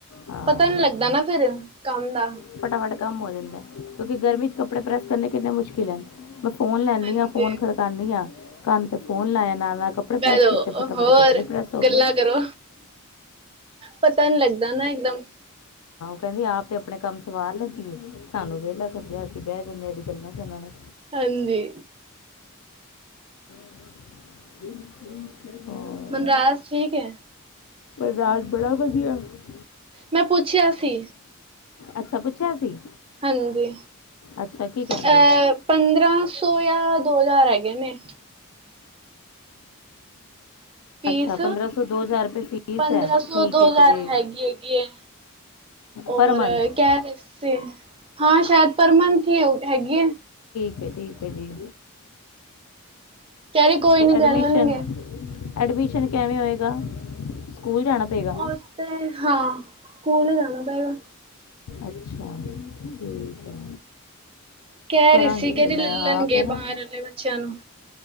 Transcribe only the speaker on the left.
ਹਾਂ
ਫਟਾਫਟ ਕੰਮ ਹੋ ਜਾਂਦਾ ਕਿਉਂਕਿ ਗਰਮੀ ਚ ਕਪੜੇ ਪ੍ਰੈਸ ਕਰਨੇ ਕਿੰਨੇ ਮੁਸ਼ਕਿਲ ਐ ਫੋਨ ਲੈਂਦੀ
ਹਾਂ ਫੋਨ ਖੜਕਾਉਂਦੀ ਹਾਂ ਕੰਨ ਤੇ ਫੋਨ ਲਾਇਆ ਨਾਲ- ਨਾਲ ਕੱਪੜੇ ਪ੍ਰੈਸ
ਕੀਤੇ ਫਟਾ
ਫਟ ਕੱਪੜੇ ਪ੍ਰੈਸ ਹੋ
ਗਏ
ਕੈਹਿੰਦੀ ਆਪ ਤੇ ਆਪਣੇ ਕੰਮ ਸਵਾਰ ਲੈਂਦੀਏ ਸਾਨੂੰ ਵਿਹਲਾ ਸਮਝੀਆ ਅਸੀਂ ਬਹਿ ਜਾਂਦੇ ਹਾਂ ਇਹਦੀ ਗੱਲਾਂ ਸੁ
<inaudible>
ਰਾਜ ਬੜਾ ਵਧੀਆ ।
ਅੱਛਾ ਪੁੱਛਿਆ ਸੀ।
ਅੱਛਾ ਕੀ ਕਹਿੰਦੇ
ਅੱਛਾ ਰੁਪਏ ਫੀਸ
ਹੈ
ਠੀਕ
ਹੈ
ਜੀ
ਪਰ
ਮੰਥ
ਠੀਕ ਹੈ। ਜੀ
ਤੇ
ਐਡਮਿਸ਼ਨ-
ਐਡਮਿਸ਼ਨ ਕਿਵੇਂ ਹੋਏਗਾ। ਸਕੂਲ ਜਾਣਾ ਪਏਗਾ
ਅੱਛਾ ਠੀਕ ਹੈ।
ਕਰਾਂਗੀ
ਫਿਰ
ਮੈਂ
ਆ ਕੇ ਨਾ